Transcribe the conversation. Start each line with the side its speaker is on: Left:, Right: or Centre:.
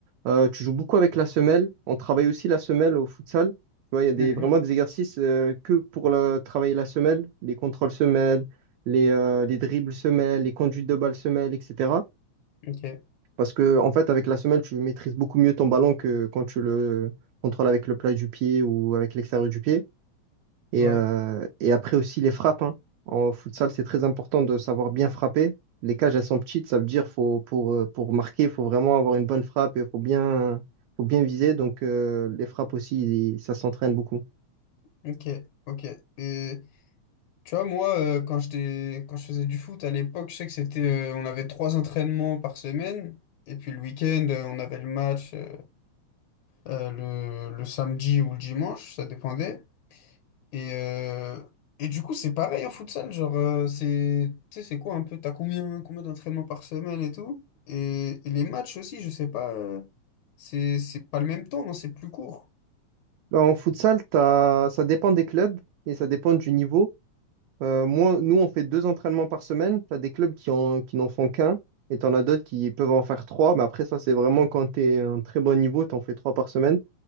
Right: euh, tu joues beaucoup avec la semelle. On travaille aussi la semelle au futsal. Tu vois, il y a des,
Left: Mhm.
Right: vraiment des exercices euh, que pour le- travailler la semelle, les contrôles semelles, les, euh, les dribbles semelles, les conduites de balle semelles, etc.
Left: Ok,
Right: Parce que, en fait, avec la semelle, tu maîtrises beaucoup mieux ton ballon que quand tu le contrôles avec le plat du pied ou avec l'extérieur du pied. Et,
Left: ouais,
Right: euh, et après aussi les frappes, hein. En futsal, c'est très important de savoir bien frapper. Les cages, elles sont petites, ça veut dire faut, pour, euh, pour marquer, il faut vraiment avoir une bonne frappe et il faut bien, faut bien viser. Donc, euh, les frappes aussi, ça s'entraîne beaucoup.
Left: ok, ok. Et tu vois, moi, euh, quand j'étais, quand je faisais du foot à l'époque, je sais que c'était, euh, on avait trois entraînements par semaine. Et puis le week-end, euh, on avait le match euh, euh, le, le samedi ou le dimanche, ça dépendait. Et, euh, et du coup, c'est pareil en futsal, genre, euh, c'est, tu sais, c'est quoi un peu, t'as combien, combien d'entraînements par semaine et tout? Et, et les matchs aussi, je sais pas, euh, c'est, c'est pas le même temps, non, c'est plus court.
Right: En futsal, t'as- ça dépend des clubs et ça dépend du niveau. Euh, moi, nous, on fait deux entraînements par semaine. Tu as des clubs qui en, qui n'en font qu'un et tu en as d'autres qui peuvent en faire trois. Mais après, ça, c'est vraiment quand tu es un très bon niveau, tu en fais trois par semaine.